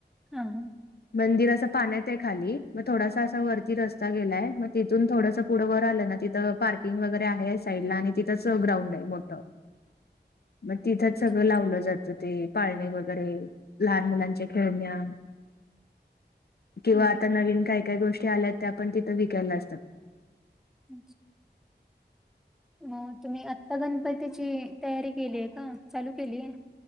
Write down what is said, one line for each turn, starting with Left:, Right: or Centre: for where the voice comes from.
Centre: हा हां.
Left: मंदिर अस पाण्यात हाय खाली, मग थोडासा असा वरती रस्ता गेलाय मग तिथून थोडस पुढं पुढं वर आलं ना तिथं पार्किंग वगैरे आहे, साईडला आणि तिथंच ग्राउंड आहे मोठं मग तिथंच
Centre: अच्छा
Left: सगळं लावलं जातं ते, पाळणे वगैरे लहान मुलांच्या खेळण्या किंवा
Centre: हम्म
Left: आता नवीन काय काय गोष्टी आल्यात, त्यापण तिथं विकायला असतात.
Centre: अच्छा. मअ तुम्ही आत्ता गणपतीची तयारी केलीय का? चालू केलीय.